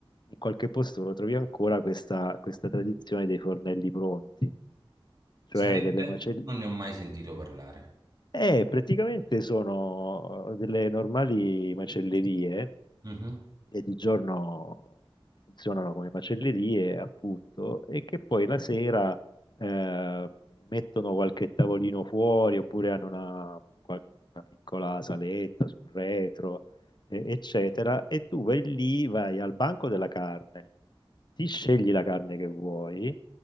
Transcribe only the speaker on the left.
in qualche posto lo trovi ancora questa questa tradizione dei fornelli pronti cioè
delle macellerie,
eh, praticamente sono delle normali macellerie
che di giorno funzionano come macellerie, appunto, e che poi la sera eh, mettono qualche tavolino fuori oppure hanno una, qual- una piccola saletta sul retro, eh, eccetera, e tu vai lì, vai al banco della carne, ti scegli la carne che vuoi